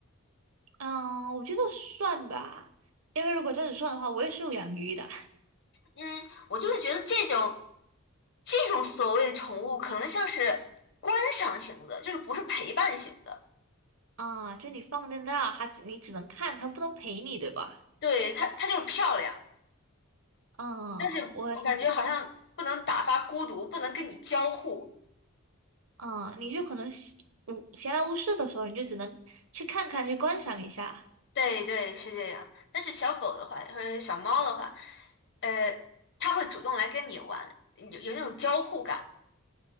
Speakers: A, on the right; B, on the left.
A: 嗯，我觉得算吧，因为如果这样子算的话，我也是有养鱼的
B: 嗯，我就是觉得这种这种所谓的宠物，可能像是观赏型的，就是不是陪伴型的。
A: 啊。就你放在那，它只你只能看，它不能陪你，对吧？
B: 对，它，它就是漂亮，
A: 嗯，
B: 但是我感觉好像不能打发孤独，
A: 我想。
B: 不能跟你交互。
A: 嗯，你就可能闲无闲来无事的时候，你就只能去看看，去观赏一下。
B: 对对，是这样。但是小狗的话，或者是小猫的话，呃，它会主动来跟你玩，有有那种交互感。